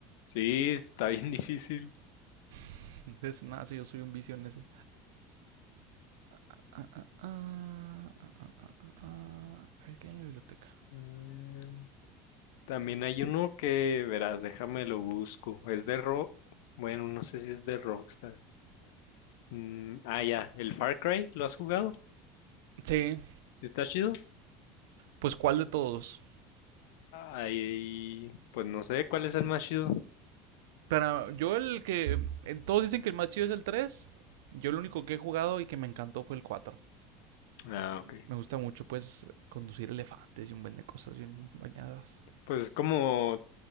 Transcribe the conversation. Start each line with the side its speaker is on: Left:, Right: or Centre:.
Left: Sí, está bien <laughs> difícil.
Right: <laughs> Es nada, sí, yo soy un vicio en ese. Ah, ah, ah, ah, ah, ah, ah. ah, ah. A ver, ¿qué hay en la biblioteca?
Left: Eh, también hay uno que, verás, déjame lo busco. Es de Rock. Bueno, no sé si es de Rockstar. Mm, ah, ya, el Far Cry, ¿lo has jugado?
Right: Sí.
Left: ¿Está chido?
Right: Pues, ¿cuál de todos?
Left: Ay, pues no sé cuál es el más chido.
Right: Para yo el que eh, todos dicen que el más chido es el tres yo el único que he jugado y que me encantó fue el cuatro
Left: Ah, ok.
Right: Me gusta mucho pues conducir elefantes y un buen de cosas bien bañadas,
Left: Pues es como